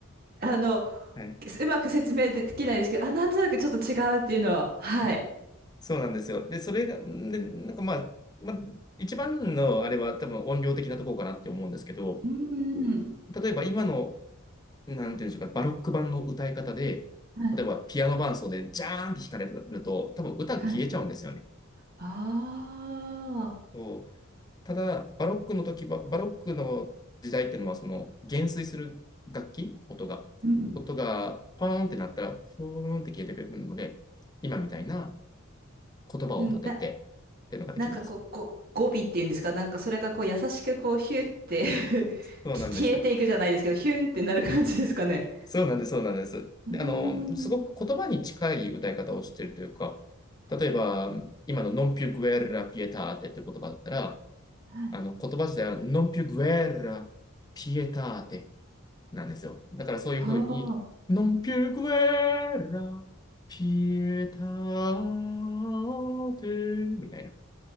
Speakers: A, on the right; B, on the left.
A: あの、
B: はい。
A: うまく説明できないですけど、あ、なんとなくちょっと違うっていうのは、はい。
B: はい。そうなんですよ。で、それが、で、なんかまあ、まあ、一番のあれは多分音量的なところかなって思うんですけど、
A: うん、うん。
B: 例えば今のなんていうんでしょうか、バロック版の歌い方で、
A: はい、
B: 例えばピアノ伴奏でジャーンって弾かれると、多分歌が消えちゃうんですよね。
A: はい。ああ、
B: そうただ、バロックの時は、バロックの時代っていうのは、その減衰する楽器、音が、
A: うん。
B: 音がポーンってなったら、ふーんって消えてくれるので、今みたいな言葉を立ててっていうのができるんです。
A: うん、な、なんかこう、ご、語尾っていうんですか、なんかそれがこう優しくこう、ヒュって <laughs>
B: そうなんです。
A: き消えていくじゃないですけど、ヒュンってなる感じですかね。
B: そうなんです、そうなんです。
A: うーん。
B: で、あの、すごく言葉に近い歌い方をしているというか、例えば、今の Non più guerra pietate っていう言葉だったら、
A: はい。
B: あの、言葉自体は Non più guerra pietate なんですよ。だからそういうふうに、
A: はあ。
B: Non più guerra pietate みたいな。